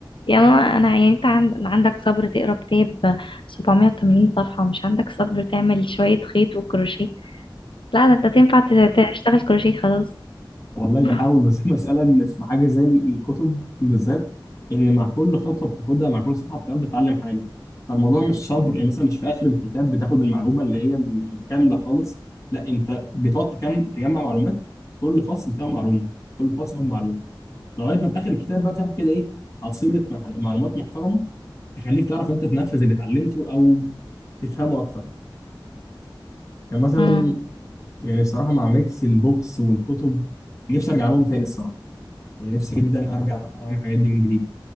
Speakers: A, on the left; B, on the left.
A: يا ماما انا يعني انت عند- عندك صبر تقرا كتاب 780 صفحة مش عندك صبر تعمل شوية خيط وكروشيه لا ده انت تنفع ت- تشتغل كروشيه خلاص
B: والله
A: <laughs>
B: بحاول بس <laughs> المسألة إن في حاجة زي الكتب بالذات إن مع كل خطوة بتاخدها مع كل صفحة بتاخدها بتتعلم حاجة فالموضوع مش صبر يعني مثلا مش في آخر الكتاب بتاخد المعلومة اللي هي الكاملة خالص لا أنت بتقعد تكم تجمع معلومات كل فصل بتاعه معلومة كل فصل هو معلومة لغاية ما في آخر الكتاب بقى بتاخد كده إيه حصيلة مع- معلومات محترمة يخليك تعرف انت تنفذ اللي اتعلمته او تفهمه اكتر يعني مثلا
A: أمم،
B: يعني بصراحه مع ميكس البوكس والكتب نفسي ارجع لهم تاني الصراحه يعني نفسي جدا ارجع اعمل الحاجات دي من جديد